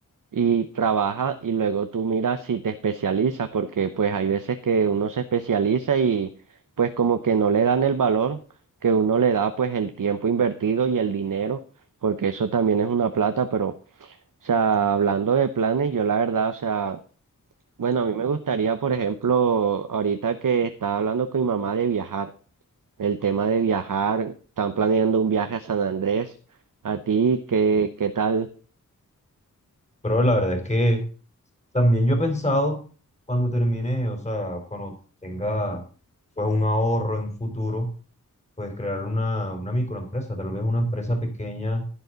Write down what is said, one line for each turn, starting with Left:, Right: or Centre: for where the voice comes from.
Right: y trabaja y luego tú miras si te especializas, porque pues hay veces que uno se especializa y pues como que no le dan el valor que uno le da, pues el tiempo invertido y el dinero, porque eso también es una plata, pero, o sea, hablando de planes, yo la verdad, o sea... Bueno, a mí me gustaría, por ejemplo, ahorita que estaba hablando con mi mamá de viajar, el tema de viajar, están planeando un viaje a San Andrés. ¿A ti qué, qué tal?
Left: Pero la verdad es que También yo he pensado cuando termine, o sea, cuando tenga pues un ahorro en futuro, pues crear una, una microempresa, tal vez una empresa pequeña